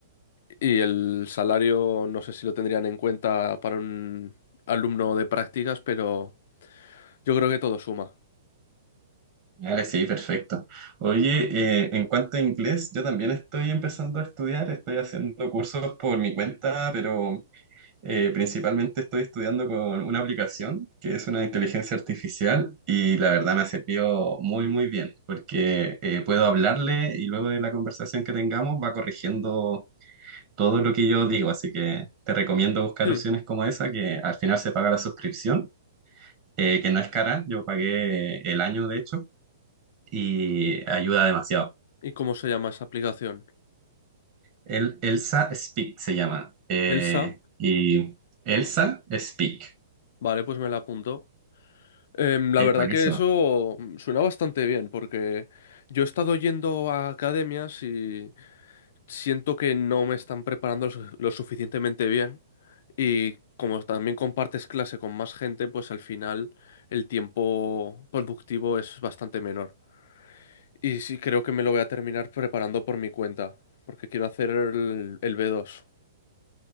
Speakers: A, on the left; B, on the right.
A: y el salario, no sé si lo tendrían en cuenta para un alumno de prácticas, pero yo creo que todo suma.
B: Vale, sí, perfecto. Oye, eh, en cuanto a inglés, yo también estoy empezando a estudiar, estoy haciendo cursos por mi cuenta, pero eh, principalmente estoy estudiando con una aplicación que es una inteligencia artificial y la verdad me ha servido muy, muy bien, porque eh, puedo hablarle y luego de la conversación que tengamos va corrigiendo todo lo que yo digo, así que te recomiendo buscar
A: Sí,
B: opciones como esa, que al final se paga la suscripción, eh, que no es cara, yo pagué el año de hecho y ayuda demasiado.
A: ¿y cómo se llama esa aplicación?
B: El, Elsa Speak se llama. eh,
A: Elsa,
B: y Elsa Speak.
A: vale, pues me la apunto. Em, la
B: Es
A: verdad
B: buenísimo.
A: que eso suena bastante bien, porque yo he estado yendo a academias y siento que no me están preparando lo, su- lo suficientemente bien. Y como también compartes clase con más gente, pues al final el tiempo productivo es bastante menor. Y sí creo que me lo voy a terminar preparando por mi cuenta, porque quiero hacer el, el B2.